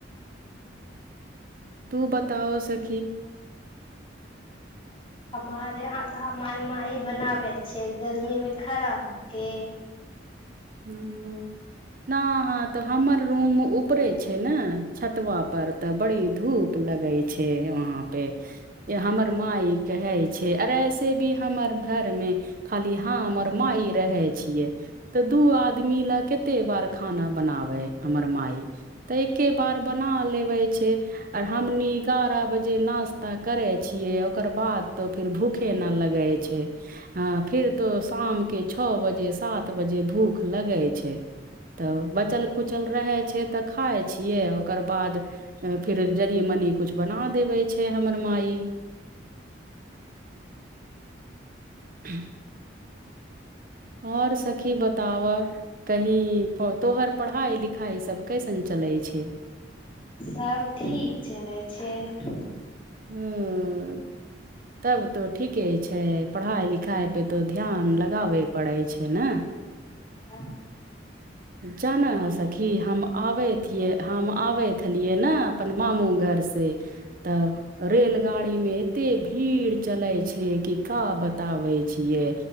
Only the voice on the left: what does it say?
हमारे यहाँ तऽ हमर माइ बनाबै छैय गर्मी मे खड़ा होके।
सब ठीक चलै छैय।
हँ